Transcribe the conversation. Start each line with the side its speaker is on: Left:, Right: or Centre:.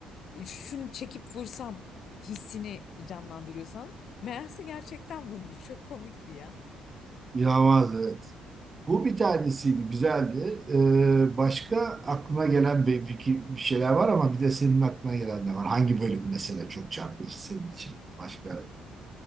Left: Şunu çekip vursam hissini canlandırıyorsan meğerse gerçekten vurmuş. Çok komikti ya.
Right: İnanılmaz evet. Bu bir tanesiydi, güzeldi. Ee, başka aklına gelen bir, bir, bir şeyler var ama bir de senin aklına gelen ne var? Hangi bölüm mesela çok çarpıcı senin için? Başka